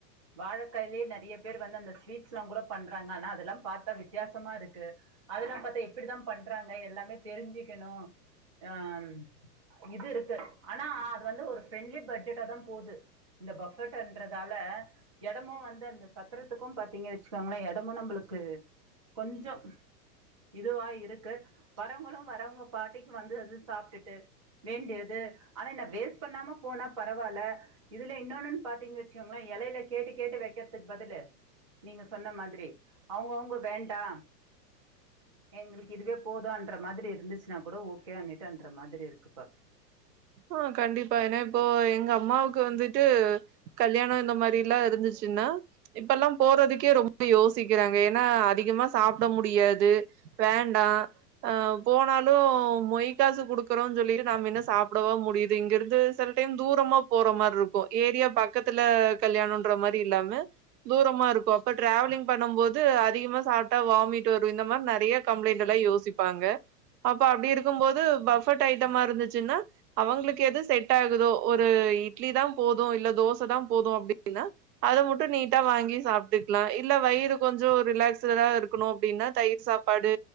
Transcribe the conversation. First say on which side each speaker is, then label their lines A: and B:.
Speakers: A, on the right; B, on the right.
A: வாழக்காயிலயே நறைய பேர் வந்து அந்த ஸ்வீட்ஸ் எல்லா கூட பண்றாங்க ஆனா அதெல்லாம் பாத்தா வித்தியாசமா இருக்கு அதெல்லாம் பாத்தா எப்படித்தான் பண்றாங்க எல்லாமே தெரிஞ்சிக்கணும் ஆஹ் இது இருக்கு ஆனா அது வந்து ஒரு ஃப்ரெண்ட்லி பட்ஜெட்டா தா போகுது இந்த பஃபட்ன்றதால எடமும் வந்து அந்த சத்திரத்துக்கும் பாத்தீங்க வச்சுக்கோங்களன் எடமும் நம்மளுக்கு கொஞ்சம் இதுவா இருக்கு வரவங்களும் வரவங்க பாட்டிக்கு வந்து வ சாப்பிட்டுட்டு வேண்டியது ஆனா என்ன வேஸ்ட் பண்ணாம போனா பரவால்ல இதுல இன்னொன்னுன்னு பாத்தீங்க வச்சுக்கோங்களன் எலையில கேட்டு கேட்டு வைக்கிறதுக்கு பதிலு நீங்க சொன்ன மாதிரி அவங்கவுங்க வேண்டா எங்களுக்கு இதுவே போதுன்ற மாதிரி இருந்துச்சுன்னா கூட ஓகே அந்துட்டு அன்ற மாதிரி இருக்கு ப
B: ஆஹ் கண்டிப்பா ஏனா இப்போ எங்க அம்மாவுக்கு வந்து ட்டு கல்யாணோ இந்த மாரில்லா முடிஞ்ச்சுன்னா இப்பெல்லாம் போறதுக்கே ரொம்ப யோசிக்கிறாங்க ஏன்னா அதிகமா சாப்ட முடியாது வேண்டா அ போனாலு மொய் காசு குடுக்குறோன் சொல்லி நாம் மின்ன சாப் படவா முடியிது இங்கிருந்து சில டைம் தூரமா போற மார்ருக்கு ஏரியா பக்கத்துல கல்யாணோன்ற மாரி இல்லாம தூரமா இருக்கு அப்ப டிரேவலிங் பண்ணும் போது அதிகமா சாப்ட்டா வாமிட் வரு இந்த மார் நெறைய கம்ளைண்ட் எல்லா யோசி ப்பாங்க அப்ப அப்டி இருக் க்கும் போது பஃபட் ஐட்டமா இருந்துச்சுன்னா அவங்களுக்கு எது செட் ஆகுதோ ஒரு இட்லி தா போது இல்ல தோச தா போது அப்டின்னா அத மட்டு நீட்டா வாங்கி சாப்ட்டுக்லா இல்ல வயிறு கொஞ்சோ ரிலாக்ஸ்டடா இருக்கணு அப்டின்னா தயிர் சாப்பாடு